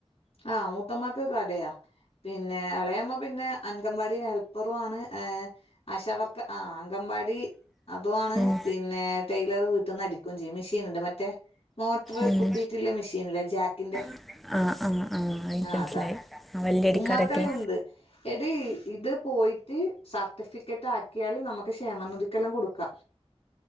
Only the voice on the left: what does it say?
ആഹ... മൂത്തമാക്ക് കടയാ.. പിന്നെ.. എളേയമ്മ പിന്നെ.. അൻങ്കവാ ടി ഹെൽപ്റാണ്.. ഏ്.. അശവർക്ക.. ആ.. അങ്കവാടി അതു അണ്
പിന്നെ.. ടൈലർ വീട്ട്ന്ന് അടികും ചിയ്യും മിഷീണ്ട് മറ്റേ മോട്റ്
കുത്തിട്ള്ള മെഷീൻ ഇലെ ജാക്കിന്റെ
ആ..
അതാ,
ഉമ്മാക്കല ഉണ്ട്. എടി.. ഇത് പോയിറ്റ് സർട്ടിഫിക്. ആാക്യാല് നമ്ക്ക് ക്ഷേമനിതിക്കെല്ലാം കൊടുക്കാ